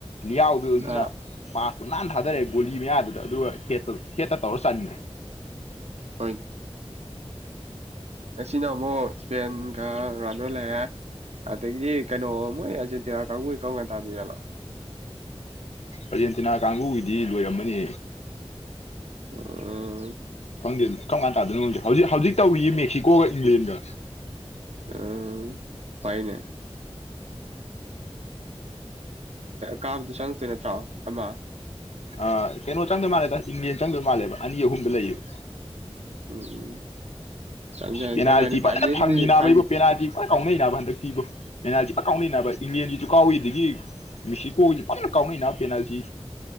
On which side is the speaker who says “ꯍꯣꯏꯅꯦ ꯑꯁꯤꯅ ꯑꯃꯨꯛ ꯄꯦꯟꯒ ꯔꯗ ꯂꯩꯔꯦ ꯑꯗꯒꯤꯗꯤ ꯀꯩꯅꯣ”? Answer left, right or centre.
Right